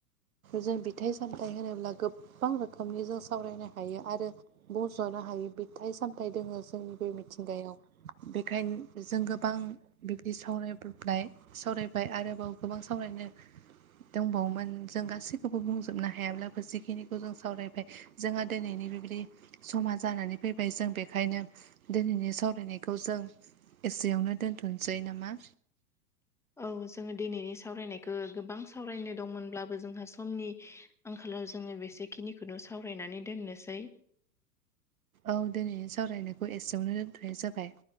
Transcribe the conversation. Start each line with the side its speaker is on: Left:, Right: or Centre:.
Right: जों बिथाइ सामथाइ होनोब्ला गोबां रोखोमनि जों सावरायनो हायो आरो बजथ नो हायो बिथाइ सामथाय दोङो जोंनि बे मिथिंगायाव बेखायनो जों गोबां बिबदि सावरायबाय सावरायबाय आरोबाव गोबां सावरायनो <inaudible> दंबावोमोन जों गासैखौबो बुंजोबनो हायाब्लाबो जिखिनिखौ जों सावरायबाय जोंहा दिनैनि बे रि समा जानानै फैबाय जों बेखायनो दिनैनि सावरायनायखौ जों एसेयावनो दोन्थ'नोसै नामा
Centre: औ जोङो दिनैनि सावरायनायखौ गोबां सावरायनो दंमोनब्लाबो जोंहा समनि आंखाल लाव जोङो बेसेखिनिखौनो सावरायनानै दोननोसै
Right: औ दिनै सावरायनायखौ एसेयावनो दोनथनाय जाबाय